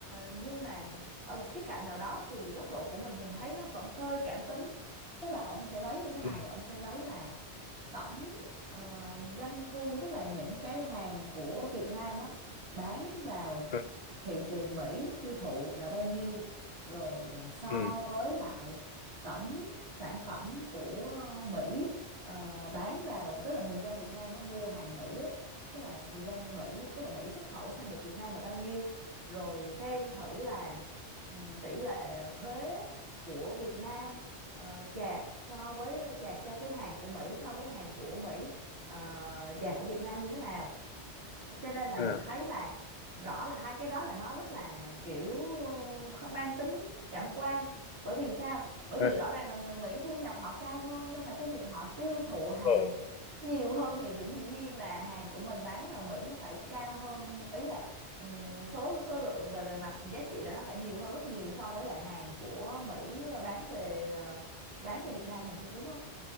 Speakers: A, on the right; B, on the left.
A: nhưng mà ở một khía cạnh nào đó thì góc độ của mình mình thấy nó vẫn hơi cảm tính tức là ông sẽ lấy như thế này
B: ừ
A: ông sẽ lấy là tổng ờ, doanh thu tức là những cái hàng của Việt Nam á bán vào
B: ừ
A: thị trường Mỹ tiêu thụ là bao nhiêu rồi ờ, so
B: ừ
A: với lại tổng sản phẩm của Mỹ ờ, bán vào tức là người dân Việt Nam á, mua hàng Mỹ á, tức là người dân Mỹ tức là Mỹ xuất khẩu sang được Việt Nam là bao nhiêu rồi xem thử là ừ, tỷ lệ thuế của Việt Nam ờ, chạc so với chạc cho cái hàng của Mỹ so với hàng của Mỹ ờ, chạc của Việt Nam như thế nào cho nên là
B: ừ.
A: mình thấy là rõ là hai cái đó là nó rất là kiểu không mang tính cảm quan bởi vì sao bởi
B: Đấy,
A: vì rõ ràng là người Mỹ thu nhập họ cao hơn nên là cái việc họ tiêu thụ hàng
B: rồi
A: nhiều hơn thì dĩ dĩ nhiên là hàng của mình bán vào Mỹ nó phải cao hơn ý là ừm, số số lượng về về mặt giá trị là nó phải nhiều hơn rất nhiều so với lại hàng của Mỹ ờ, bán về ờ, bán cho Việt Nam mình chứ đúng không